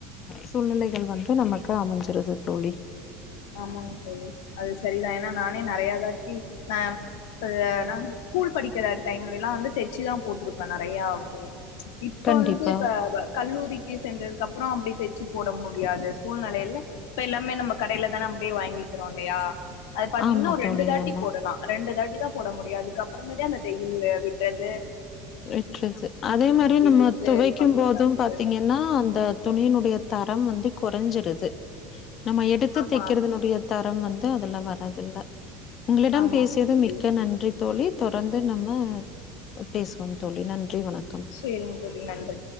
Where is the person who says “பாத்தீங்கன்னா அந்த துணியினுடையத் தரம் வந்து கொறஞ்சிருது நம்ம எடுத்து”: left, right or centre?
Left